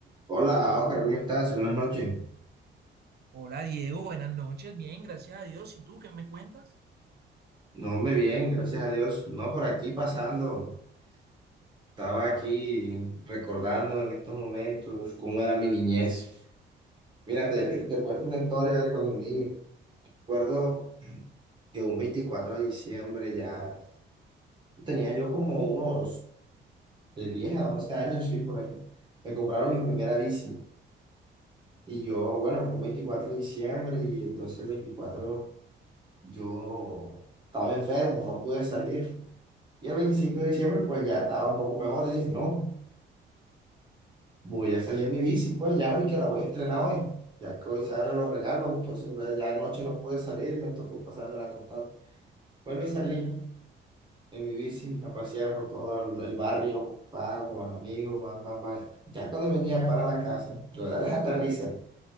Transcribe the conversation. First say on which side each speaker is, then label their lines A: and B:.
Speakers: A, on the right (about 20°); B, on the right (about 55°).
A: Hola, Oscar, ¿cómo estás? Buenas noches.
B: Hola Diego, buenas noches. Bien, gracias a Dios. ¿Y tú qué me cuentas?
A: No, me bien, gracias a Dios. No, por aquí pasando. Estaba aquí recordando en estos momentos cómo era mi niñez. Mira, te, te cuento una historia de cuando niño. Recuerdo que un 24 de diciembre ya tenía yo como unos de 10 a 11 años, sí, por ahí. Me compraron mi primera bici. Y yo, bueno, fue un 24 de diciembre y entonces el 24 Yo estaba enfermo, no pude salir. Y el 25 de diciembre, pues ya estaba un poco mejor. Y dije, no, voy a salir en mi bici, pues ya, y que la voy a entrenar hoy. Ya que hoy se abren los regalos, entonces pues, ya anoche no pude salir y me tocó pasarme la acostado. Bueno, y salí en mi bici a pasear por todo el, el barrio, pa, con los amigos, pa, pa, pa. Ya cuando venía para la casa, la verdad es hasta risa.